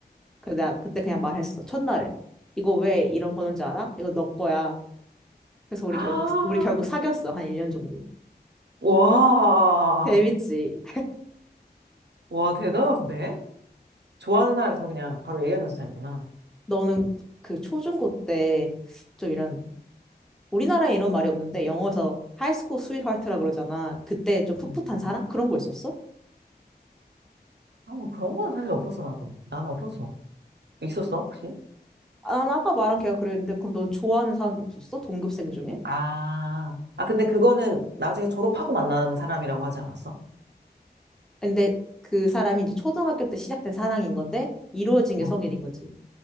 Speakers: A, in the centre; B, on the right.
A: 그래서 내가 그때 그냥 말했어. 첫날에. 이거 왜 이런 번호인지 알아? 이거 너 거야. 그래서 우리
B: 아,
A: 결국 우리 결국 사귀었어. 한 1년 정도.
B: 와.
A: 재밌지.
B: 와, 대단한데? 좋아하는 사람에서 그냥 바로 얘기하면서 자리구나.
A: 너는 그 초중고 때 좀 이런 우리나라에 이런 말이 없는데 영어에서 하이스쿨 스윗하트라 그러잖아. 그때 좀 풋풋한
B: 음.
A: 사랑 그런 거 있었어?
B: 아, 뭐 그런 건 사실 없었어, 나도. 나는 없었어. 있었어, 혹시?
A: 아, 나 아까 말한 걔가 그랬는데 그럼 넌 좋아하는 사람도 없었어? 동급생 중에?
B: 아, 아, 근데 그거는 나중에 졸업하고 만난 사람이라고 하지 않았어?
A: 근데 그 사람이 이제 초등학교 때 시작된 사랑인 건데 이루어진 게
B: 어.
A: 성인인 거지.